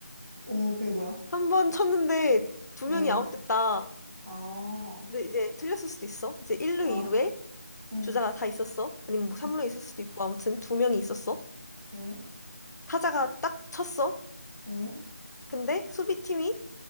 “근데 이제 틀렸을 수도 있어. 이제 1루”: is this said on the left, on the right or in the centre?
Left